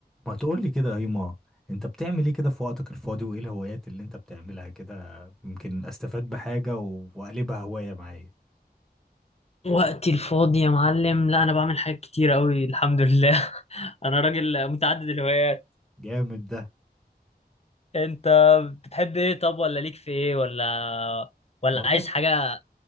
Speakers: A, in the centre; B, on the left.
A: ما تقول لي كده يا هيما انت بتعمل ايه كده في وقتك الفاضي وايه الهوايات اللي انت بتعملها كده يمكن استفاد بحاجة و- واقلبها هواية معايا
B: وقتي الفاضي يا معلم لا انا بعمل حاجات كتير قوي الحمد لله <laughs> انا راجل متعدد الهوايات
A: جامد ده
B: انت بتحب ايه طب ولا ليك في ايه ولا ولا
A: والله
B: عايز
A: ب-
B: حاجه